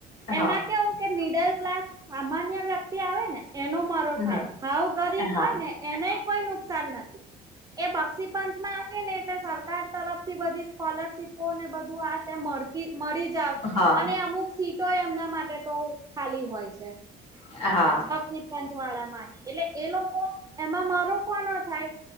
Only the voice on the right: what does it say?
એમાં કેવું કે મિડલ ક્લાસ સામાન્ય વ્યક્તિ આવેને એનો મ
ભ ગરીબ
હોય ને એને કોઈ નુકસાન નથી એ બક્ષી પંચ માં આવેને એટલે સરકાર તરફથી બધી સ્કોલરશીપ બુકો ને બધું આ મળતી મળી જાવ
અને અમુક શીખી એમના માટે તો ખાલી હોય છે.
ની ટેન્થ વાળા માટે એટલે એ લોકો એમાં મારો કો ના થાય.